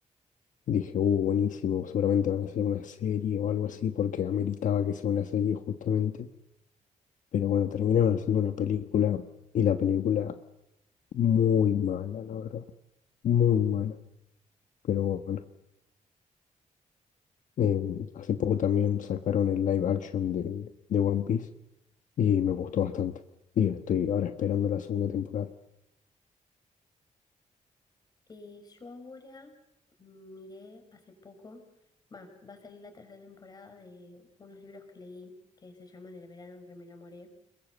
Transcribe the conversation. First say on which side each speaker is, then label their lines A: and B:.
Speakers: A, on the left; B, on the left.
A: Dije, uh, buenísimo, seguramente van a hacer una serie o algo así, porque ameritaba que sea una serie justamente. Pero bueno, terminaron haciendo una película y la película muy mala, la verdad, muy mala. Pero bueno. Em, hace poco también sacaron el live action de, de One Piece y me gustó bastante. Y estoy ahora esperando la segunda temporada,
B: Eh, yo ahora miré hace poco, va, va a salir la tercera temporada de unos libros que leí que se llaman El verano en que me enamoré.